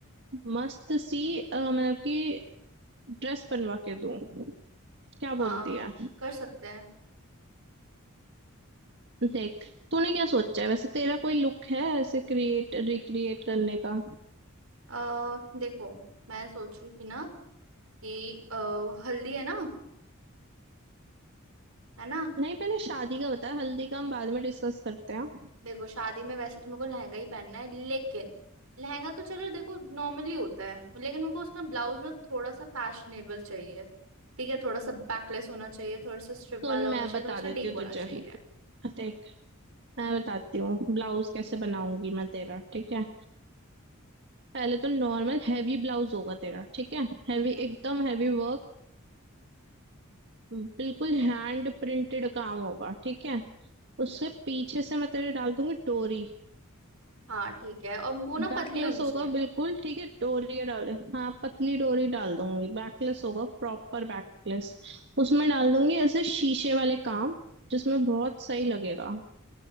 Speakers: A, on the right; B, on the right.
A: मस्त सी अ, मतलब कि ड्रेस बनवा के दूं क्या
B: हाँ
A: बोलती है
B: कर सकते हैं
A: देख तूने क्या सोचा है वैसे तेरा कोई लुक है ऐसे क्रिएट रिक्रिएट करने का
B: अ देखो मैं सोचू कि ना कि अ, हल्दी है ना है ना
A: नहीं पहले शादी का बता हल्दी का हम बाद में डिस्कस करते हैं
B: देखो शादी में वैसे तो मेरे को लहंगा ही पहनना है लेकिन लहंगा तो चलो देखो नॉर्मली होता है लेकिन मेरे को उसका ब्लाउज ना थोड़ा सा फैशनेबल चाहिए ठीक है थोड़ा सा बैकलेस होना चाहिए थोड़ा सा स्ट्रिप
A: सुन
B: वाला होना
A: मैं
B: चाहिए
A: बता
B: थोड़ा सा
A: देती
B: डीप
A: हूँ
B: होना
A: तुझे
B: चाहिए
A: देख मैं बताती हूँ ब्लाउज कैसे बनाऊंगी मैं तेरा ठीक है पहले तो नॉर्मल हैवी ब्लाउज होगा तेरा ठीक है हैवी
B: हम्म
A: एकदम हैवी वर्क बिल्कुल हैंड प्रिंटेड काम होगा ठीक है उसके पीछे से मैं तेरे डाल दूंगी डोरी
B: हाँ ठीक है और वो ना
A: बैकलेस
B: पतली होनी
A: होगा
B: चाहिए
A: बिल्कुल ठीक है डोरी डाले हाँ पतली डोरी डाल दूंगी बैकलेस होगा प्रॉपर बैकलेस उसमें डाल दूंगी ऐसे शीशे वाले काम जिसमें बहुत सही लगेगा और